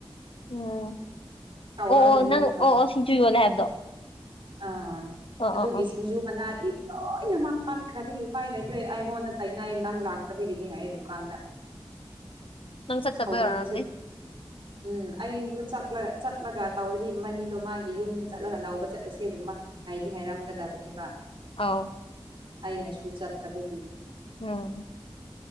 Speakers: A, on the left; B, on the right.
A: ꯎꯝ
B: ꯀꯥꯎꯔꯝꯒꯅꯤ
A: ꯑꯣ ꯑꯣ ꯅꯪ
B: ꯑꯃꯨꯛꯀꯁꯨ
A: ꯑꯣ ꯑꯣ ꯁꯤꯡꯖꯨ ꯌꯣꯜꯂ ꯍꯥꯏꯕꯗꯣ
B: ꯑꯥ
A: ꯑꯣ
B: ꯑꯗꯨꯒꯤ
A: ꯑꯣ ꯑꯣ
B: ꯁꯤꯡꯖꯨ ꯃꯅꯥꯗꯤ ꯂꯣꯏꯅ ꯃ ꯄꯥꯠꯈ꯭ꯔꯕꯒꯤ ꯎꯄꯥꯏ ꯂꯩꯇ꯭ꯔꯦ ꯑꯩꯉꯣꯟꯗ ꯇꯅꯥꯌꯦ ꯅꯪ ꯂꯥꯛꯇꯕꯒꯤꯅꯤ ꯍꯥꯏꯌꯦ ꯗꯨꯀꯥꯟꯗ
A: ꯅꯪꯁꯠꯕꯌꯣ
B: ꯁꯥꯎꯅꯤꯡꯉꯁꯨ
A: ꯑꯔꯝꯅꯤ
B: ꯎꯝ ꯑꯩꯕꯨ ꯆꯠꯂ ꯆꯠꯂꯒ ꯇꯧꯔꯗꯤ ꯃꯅꯤꯗꯣ ꯃꯥꯒꯤ ꯌꯨꯝꯗ ꯆꯠꯂꯒ ꯂꯧꯕ ꯆꯠꯂ ꯁꯤꯦꯒꯨꯝꯕ ꯍꯥꯏꯗꯤ ꯍꯥꯏꯔꯝꯒꯗꯕꯅꯦꯕ
A: ꯑꯥꯎ
B: ꯑꯩꯅꯁꯨ ꯆꯠꯇꯕꯒꯤ
A: ꯎꯝ